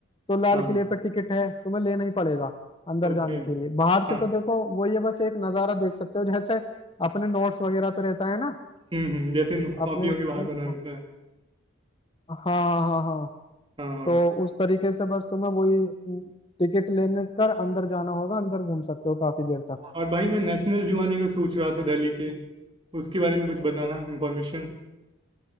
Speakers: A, on the left; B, on the right.
A: तो लाल
B: हाँ,
A: किले पे टिकट है तुम्हें लेना ही पड़ेगा अंदर
B: ओके
A: जाने के लिए बाहर से
B: हाँ,
A: तो देखो वो ये बस एक नज़ारा देख सकते हो जैसे अपने नोट्स वगैरह पे रहता है ना
B: हुँ, हुँ, जैसे नु- कॉपियों
A: अपने हाँ
B: के बाहर बना रहता है
A: हाँ हाँ हाँ हाँ।
B: हाँ हाँ
A: तो उस तरीके से बस तुम्हें वही टिकट लेने कर अंदर जाना होगा अंदर घूम सकते हो काफी देर तक
B: और भाई मैं नेशनल जू आने का सोच रहा था दिल्ली के उसके बारे में कुछ बताना इंफॉर्मेशन